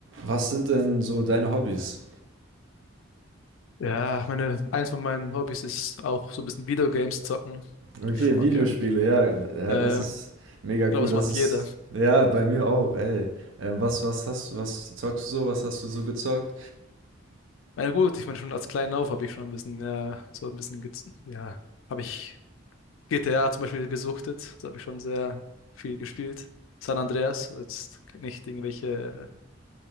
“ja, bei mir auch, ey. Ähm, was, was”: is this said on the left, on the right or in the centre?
Right